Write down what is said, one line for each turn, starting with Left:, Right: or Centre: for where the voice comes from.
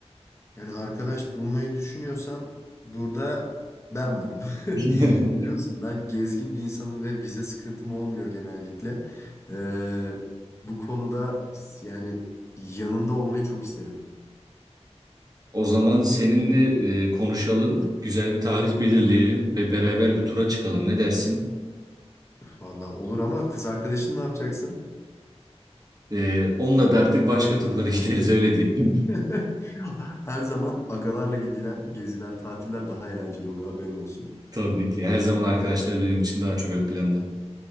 Left: Yani arkadaş bulmayı düşünüyorsan burada ben varım.
Right: <laughs>
Left: <laughs> Biliyorsun ben gezgin bir insanım ve vize sıkıntım olmuyor genellikle. Ee, bu konuda yani yanında olmayı çok isterim.
Right: O zaman seninle e, konuşalım, güzel bir tarih belirleyelim ve beraber bir tura çıkalım. Ne dersin?
Left: Valla olur ama kız arkadaşın ne yapacaksın?
Right: E, onunla da artık başka turlara <laughs> gideriz öyle diyelim.
Left: <laughs> Her zaman agalarla gidilen geziler, tatiller daha eğlenceli oluyor haberin olsun.
Right: <laughs> Tabii ki. Her zaman arkadaşlar benim için daha çok ön planda.